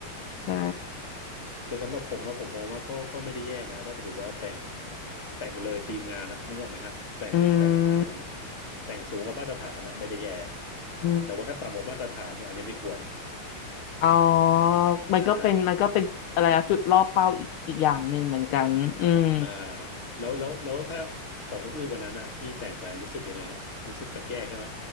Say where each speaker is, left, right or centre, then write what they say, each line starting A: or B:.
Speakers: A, on the left (about 80°); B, on the left (about 35°).
A: ใช่
B: แต่สำหรับผมนะผมมองว่าก็ก็ไม่ได้แย่นะถ้าสมมติว่าแต่งแต่งเลยทีมงานอะนึกออกไหมฮะแต่งแต่ง
A: อืม
B: แต่งสูงกว่ามาตรฐานอะไม่ได้แย่
A: อืม
B: แต่ว่าถ้าต่ำกว่ามาตรฐานเนี่ยอันนี้ไม่ควร
A: อ๋อ มันก็เป็น
B: อ่า
A: มันก็เป็นอะไรอะจุดล่อเป้าอีกอีกอย่างหนึ่งเหมือนกัน อืม
B: อ่าแล้วแล้วแล้วถ้าของคุณอุ้ยวันนั้นอะที่แต่งไปรู้สึกยังไงฮะรู้สึกแปลกแยกใช่ไหม